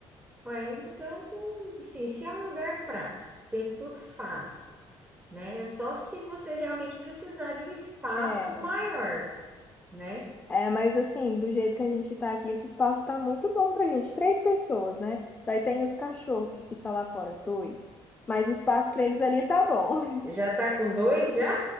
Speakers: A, on the right; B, on the left.
A: ué, então, hum, assim, se é um lugar prático, se tem tudo fácil, né? É só se você realmente precisar de um espaço
B: É,
A: maior, né?
B: é, mas assim, do jeito que a gente tá aqui, esse espaço tá muito bom pra gente. Três pessoas, né? Daí tem os cachorros que fica lá fora, dois. Mas o espaço para eles ali tá bom.
A: Já tá com dois já?